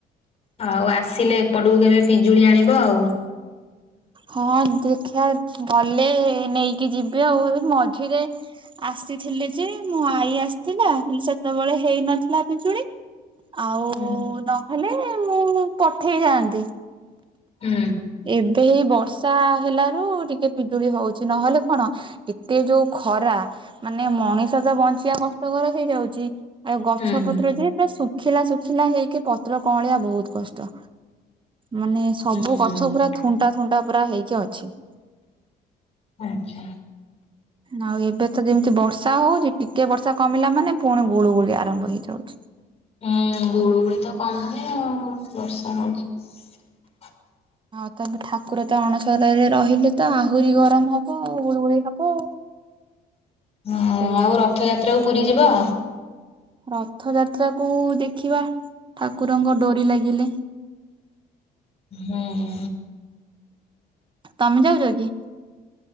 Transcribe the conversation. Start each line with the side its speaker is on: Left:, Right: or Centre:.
Left: ଆଉ ଆସିଲେ ଏପଟକୁ କେବେ ପିଜୁଳି ଆଣିବ ଆଉ।
Right: ହଁ ଦେଖିବା ଗଲେ ନେଇକି ଯିବି ଆଉ ଏବେ ମଝିରେ। ଆସିଥିଲି ଯେ ମୋ ଆଈ ଆସିଥିଲା ହେଲେ ସେତେ ବେଳେ ହେଇନଥିଲା ପିଜୁଳି। ଆଉ
Left: ହୁଁ
Right: ନହେଲେ ମୁଁ ପଠେଇ ଥାଆନ୍ତି।
Left: ହୁଁ।
Right: ଏବେ ହେଇ ବର୍ଷା ହେଲାରୁ ଟିକେ ପିଜୁଳି ହଉଛି ନହେଲେ କଣ। ଏତେ ଯୋଉ ଖରା ମାନେ ମଣିଷ ତ ବଞ୍ଚିବା କଷ୍ଟକର ହେଇଯାଉଛି। ଆଉ ଗଛ
Left: ହୁଁ
Right: ପତ୍ର ଯେ ପୁରା ସୁ ଶୁଖିଲା ଶୁଖିଲା ହେଇକି ପତ୍ର କଅଁଳିଆ ବହୁତ କଷ୍ଟ ମାନେ ସବୁ
Left: ହୁଁ
Right: ଗଛ ପୁରା। ଥୁଣ୍ଟା ଥୁଣ୍ଟା ପୁରା ହେଇକି ଅଛି।
Left: ଆଚ୍ଛା।
Right: ଆଉ ଏବେ ତ ଯେମିତି ବର୍ଷା ହଉଛି ଟିକେ ବର୍ଷା କମିଲା ମାନେ ପୁଣି ଗୁଳୁ ଗୁଳି ଆରମ୍ଭ ହେଇଯାଉଛି।
Left: ହୁଁ ଗୁଳୁ ଗୁଳି ତ କମୁନି ଆଉ ବର୍ଷା ନଉଛି। <inaudible>
Right: ଆଉ ତାହେଲେ ଠାକୁର ତ ଅଣସର ରେ ରହିଲେ ତ ଆହୁରି ଗରମ ହବ ଆଉ ଗୁଳୁଗୁଳି ହବ।
Left: ହୁଁ
Right: ସେ
Left: ଆଉ ରଥଯାତ୍ରାକୁୁ ପୁରୀ ଯିବ?
Right: ରଥ ଯାତ୍ରାକୁୁ ଦେଖିବା ଠାକୁରଙ୍କ ଡୋରି ଲାଗିଲେ।
Left: ହୁଁ।
Right: ତମେ ଯାଉଚ କି?